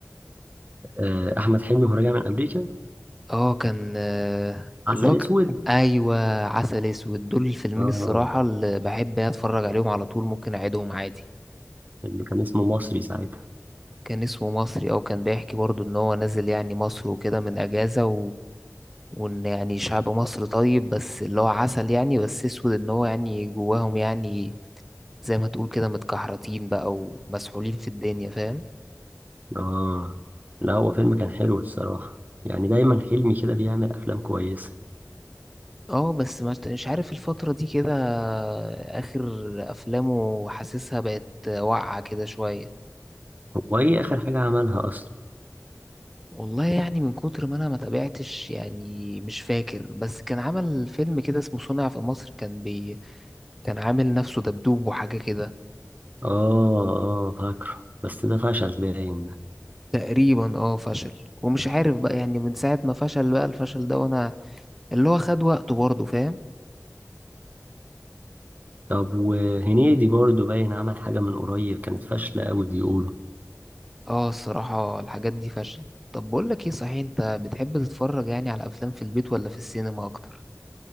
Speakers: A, on the right (about 30°); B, in the centre.
A: آه، أحمد حلمي وهو راجع من أمريكا
B: اه كان آه،
A: عسل
B: اللي هو ك-
A: أسود
B: ايوه عسل اسود دول الفيلمين
A: آه
B: الصراحة اللي بحب يعني اتفرج عليهم على طول ممكن اعيدهم عادي
A: اللي كان اسمه مصري ساعتها
B: كان اسمه مصري او كان بيحكي برضو ان هو نازل يعني مصر وكده من اجازة و... وان يعني شعب مصر طيب بس اللي هو عسل يعني بس اسود ان هو يعني جواهم يعني زي ما تقول كده متكحرتين بقى ومسحولين في الدنيا فاهم
A: آه لا هو فيلم كان حلو الصراحة يعني دايما حلمي كده بيعمل أفلام كويسة
B: اه بس ما- مش عارف الفترة دي كده اخر افلامه حاسسها بقت واقعة كده شوية
A: هو إيه آخر حاجة عملها أصلا
B: والله يعني من كتر ما انا ما تابعتش يعني مش فاكر بس كان عمل فيلم كده اسمه صنع في مصر كان بي كان عامل نفسه دبدوب وحاجة كده
A: آه آه فاكره بس ده فشل باين ده
B: تقريبا اه فشل ومش عارف بقى يعني من ساعة ما فشل بقى الفشل ده وانا اللي هو خد وقته برضه فاهم
A: طب وهنيدي برضه باين عمل حاجة من قريب كانت فاشلة أوي بيقولوا
B: اه الصراحة الحاجات دي فشلت طب بقول لك ايه صحيح انت بتحب تتفرج يعني على افلام في البيت ولا في السينما اكتر